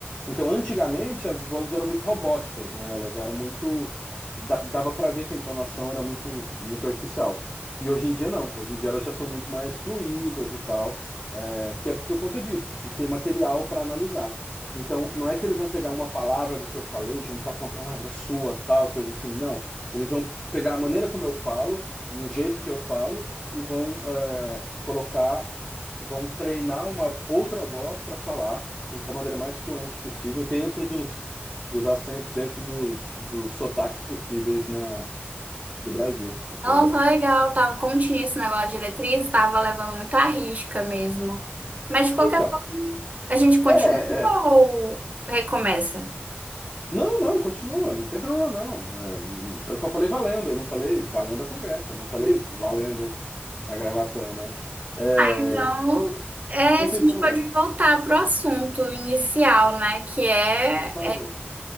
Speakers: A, on the left (about 25°); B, on the right (about 35°).
A: então, antigamente, as vozes eram muito robóticas, né? Elas eram muito. da- Dava para ver que a entonação era muito, muito artificial. E hoje em dia, não. Hoje em dia, elas já são muito mais fluídas e tal, é, que é por conta disso, de ter material para analisar. Então, não é que eles vão pegar uma palavra do que eu falei, juntar com uma palavra sua, tal, coisa assim. Não. Eles vão pegar a maneira como eu falo e o jeito que eu falo e vão, é, colocar, vão treinar uma outra voz para falar da maneira mais fluente possível, dentro dos, dos acentos, dentro dos, dos sotaques possíveis na, do Brasil. Então,
B: Nossa, legal. Tava, como tinha esse negócio de diretriz, tava levando muito à risca mesmo. Mas de qualquer
A: então,
B: forma, a gente continua
A: é, é.
B: ou recomeça?
A: Não, não, continua, não tem problema não. É, não- eu só falei valendo, eu não falei valendo a conversa, eu não falei valendo a gravação, né? É,
B: Então, é,
A: não
B: a gente
A: tem problema,
B: pode voltar para o assunto inicial, né? Que é
A: por favor.